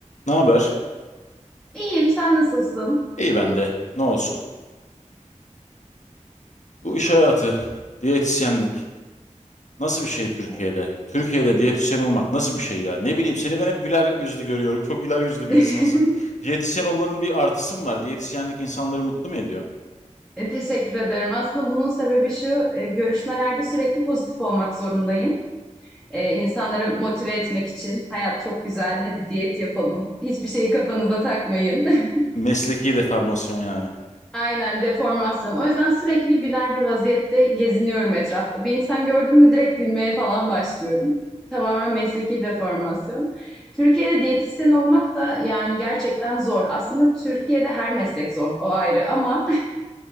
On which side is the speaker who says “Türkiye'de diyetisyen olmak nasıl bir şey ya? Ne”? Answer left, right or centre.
Left